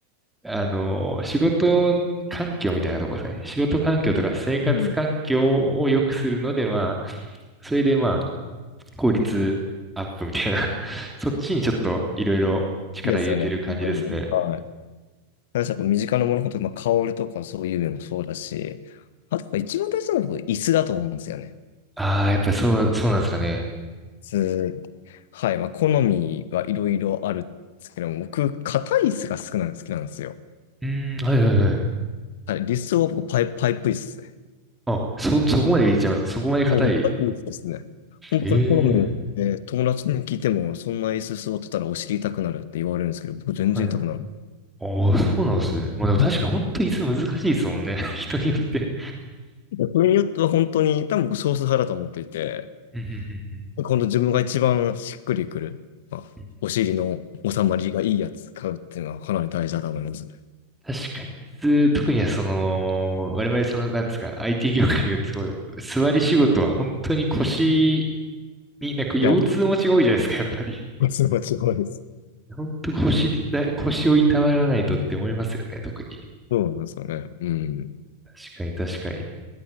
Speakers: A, in the centre; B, on the left.
A: あの、仕事環境みたいなとこですね。仕事環境とか生活環境を良くするので、
B: うん。好
A: まあ、それでまあ、効率アップみたいな、<laughs> そっちにちょっといろいろ力入れてる感じですね。
B: きですよね、本当に。はい。私、やっぱ身近なもの、本当に、まあ、香りとかそういうのもそうだし、あと、やっぱ一番大事なのは僕、椅子だと思うんですよね。
A: ああ、やっぱりそう、そうなんですかね。
B: 椅子。はい。まあ、好みはいろいろあるんですけども、僕、硬い椅子が好きなん好きなんですよ。
A: うーん、はいはいはい。
B: はい。理想は僕、パイ、パイプ椅子ですね。
A: あ、そ、そこまで言っちゃいます。そこまで硬い。
B: もう、パイプ椅子ですね。本当これ好みによって、
A: ええ
B: 友達に聞いても、そんな椅子座ってたらお尻痛くなるって言われるんですけど、僕、全然痛くなる。
A: はい。ああ、そうなんですね。まあでも確か本当に椅子難しいですもんね。
B: ね
A: <laughs> 人によって。
B: それによっては本当に、多分僕少数派だと思っていて、
A: うんうんうん
B: 本当自分が一番しっくりくる、まあ、
A: うん
B: お尻の収まりがいいやつ買うっていうのはかなり大事だと思いますね。
A: 確かに、椅子、特にはその、我々その、なんですか、IT 業界ですごい、座り仕事は本当に腰に、なんか腰痛持ちが多いじゃないですか、
B: いや、
A: やっぱり。
B: それは違いです。
A: 本当腰にだ、腰をいたわらないとって思いますよね、特に。
B: そうなんですよね。うん。
A: 確かに、確かに。